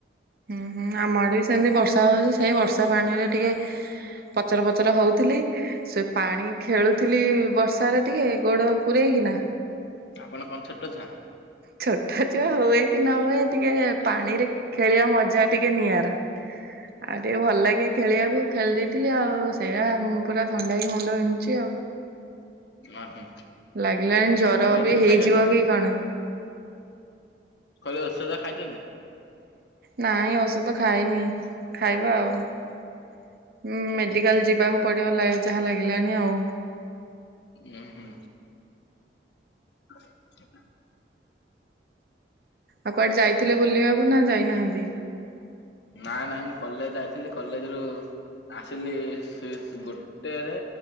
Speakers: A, on the right; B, on the left.
A: ହୁଁ ହୁଁ ଆମ ଆଡେ ବି ସେମିତି ବର୍ଷା ହଉଛି ସେଇ ବର୍ଷା ପାଣି ରେ ଟିକେ ପଚର ପଚର ହଉଥିଲି ସେ ପାଣି ଖେଳୁଥିଲି ବର୍ଷାରେ ଟିକେ ଗୋଡ ପୁରେଇକି ନା
B: ଆପଣ କଣ ଛୋଟ ଛୁଆ।
A: ଛୋଟ ଛୁଆ ହୁଏ କି ନ ହୁଏ ଟିକେ ପାଣିରେ ଖେଳିବା ମଜା ଟିକେ ନିଆରା ଆଉ ଟିକେ ଭଲ ଲାଗେ ଖେଳିବାକୁ ଖେଳି ଦେଇେଇଥିଲି ଆଉ ସେଇଆ ପୁରା ଥଣ୍ଡା ହେଇ ମୁଣ୍ଡ ବିନ୍ଧୁଛି ଆଉ।
B: ଅ ହୁଁ
A: ଲାଗିଲାଣି ଜର
B: ଆଉ ମେଡିସିନ
A: ବି ହେଇଯିବ
B: ଖାଇଛନ୍ତି
A: କି କଣ।
B: କହ ଔଷଧ ଖାଇଛନ୍ତି।
A: ନାଇଁ ଔଷଧ ଖାଇନି ଖାଇବା ଆଉ
B: ଉୁଁ
A: ମେଡିକାଲ
B: ହୁଁ
A: ଯିବାକୁ ପଡ଼ିବ ଯାହା ଲାଗିଲାଣି ଆଉ।
B: ଉୁଁ ହୁଁ। <unintelligible>
A: ଆଉ କୁଆଡେ ଯାଇଥିଲେ ବୁଲିବାକୁ ନା ଯାଇନାହାନ୍ତି।
B: ନାଇଁ ନାଇଁ ମୁଁ କଲେଜ ଯାଇଥିଲି କଲେଜ ରୁ ଆସିଲି ସେ ଗୋଟେରେ